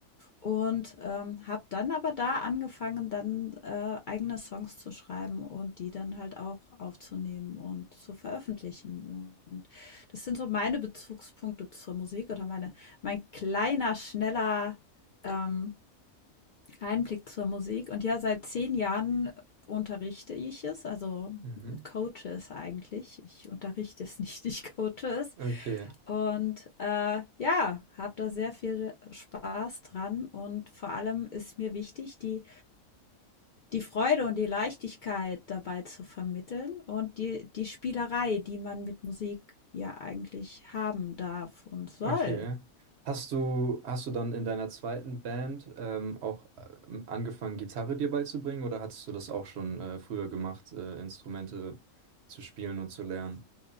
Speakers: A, on the left; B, on the right.
A: Und ähm, habe dann aber da angefangen, dann äh, eigene Songs zu schreiben und die dann halt auch aufzunehmen und zu veröffentlichen. Und das sind so meine Bezugspunkte zur Musik oder meine, mein kleiner, schneller ähm, Einblick zur Musik. Und ja, seit 10 Jahren unterrichte ich es, also
B: Mhm.
A: coache es eigentlich. Ich unterrichte es <laughs> nicht, ich coache es.
B: Okay.
A: Und äh, ja, habe da sehr viel Spaß dran und vor allem ist mir wichtig, die, die Freude und die Leichtigkeit dabei zu vermitteln und die, die Spielerei, die man mit Musik ja eigentlich haben darf und soll.
B: Okay. Hast du, hast du dann in deiner zweiten Band ähm, auch ähm, angefangen, Gitarre dir beizubringen oder hattest du das auch schon äh, früher gemacht, äh, Instrumente zu spielen und zu lernen?